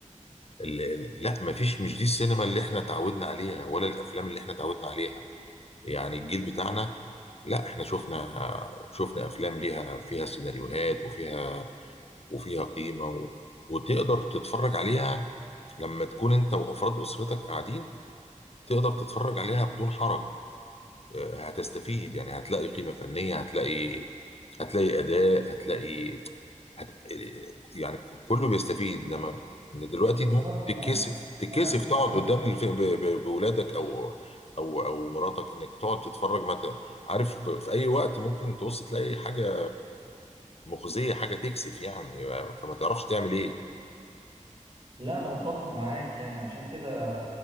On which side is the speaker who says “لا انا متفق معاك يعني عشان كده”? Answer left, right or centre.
Right